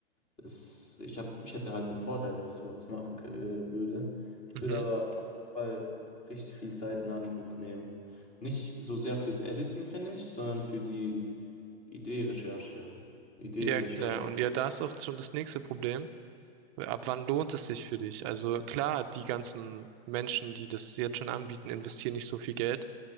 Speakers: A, on the left; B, on the right.
A: es, ich hab, ich hätte halt einen Vorteil, wenn ich sowas machen k- äh, würde. Es
B: mhm.
A: würde aber auf jeden Fall richtig viel Zeit in Anspruch nehmen. Nicht so sehr fürs Editing, finde ich, sondern für die Ideenrecherche. Ideenrecherche.
B: Ja, klar. Und ja, da ist auch schon das nächste Problem. Ab wann lohnt es sich für dich? Also klar, die ganzen Menschen, die das jetzt schon anbieten, investieren nicht so viel Geld.